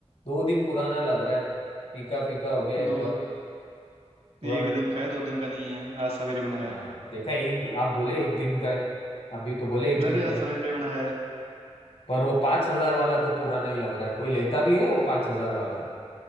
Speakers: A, on the left; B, on the right.
A: दो दिन पुराना लग रहा है फीका फीका हो गया एकदम
B: दो
A: थोड़ा
B: एक दिन का है दो दिन का नहीं है आज सवेरे बनाया
A: हाँ
B: है
A: देखा एक दिन- आप बोले एक दिन का है अभी तो बोले एक दिन
B: अरे
A: का
B: आज सवेरे
A: है।
B: बनाया है
A: पर वो पांच हजार वाला तो पुराना ही लग रहा है कोई लेता भी है वो पांच हजार वाला